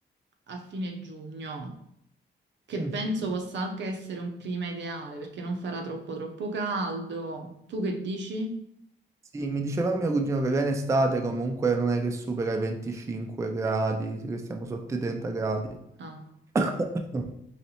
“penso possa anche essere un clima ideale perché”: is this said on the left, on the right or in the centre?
Right